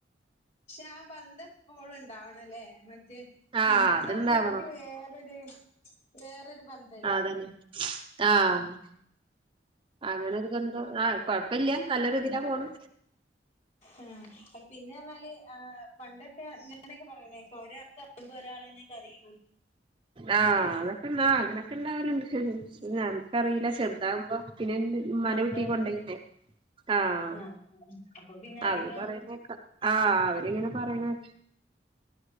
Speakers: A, on the left; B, on the right.
A: ക്ഷ ആഹ് ബന്തം പോളും ഇണ്ടാവണല്ലേ മറ്റേ ട്വിൻസാകുമ്പോ
B: ആഹ് അത്ണ്ടാവണം
A: ഓര്ക്ക് വേറൊര് വേറൊരു ബന്ധ
B: ആഹ് ആതന്നെ ആഹ് അങ്ങനെ ഒരുതെന്തോ ആ കൊഴപ്പല്ല്യ. നല്ലൊരു ഇതിലാ പോണ്
A: ഉം അത് പിന്നെർഞാല് ആഹ് പണ്ടൊക്കെ ഇങ്ങനെയൊക്കെ പറയണേക്ക ഒരാളറിയുമ്പോ ഒരാളന്നെകരിയൂ
B: ആഹാ അതൊക്കെന്നാ അങ്ങനൊക്കെ ഇണ്ടാവല്ണ്ട്, ആഹാ ആഹാ.. ! ച്ചറീല ചെറുതാകുമ്പോ പിന്നെന്നെ- മ്മാന്റെ
A: ചെറുതാവുമ്പല്ലേ
B: വീട്ടീ കൊണ്ടോയിലെ. ആഹ്
A: ആ അപ്പൊ പിന്നെ അധികം
B: അവര് പറയുന്നേക്ക ആഹ് അവരിങ്ങനെ പറയണേ